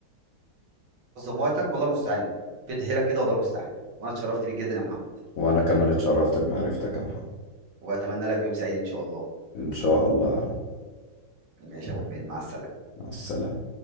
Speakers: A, on the right; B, on the left.
A: وقتك، والله المستعان، بيد حيلك كده والله المستعان، وأنا اتشرّفت بيك جدًا يا محمد،
B: وانا كمان اتشرفت بمعرفتك يا محمد
A: وأتمنى لك يوم سعيد إن شاء الله،
B: إن شاء الله
A: ماشي يا أبو حميد، مع السلامة.
B: مع السلامة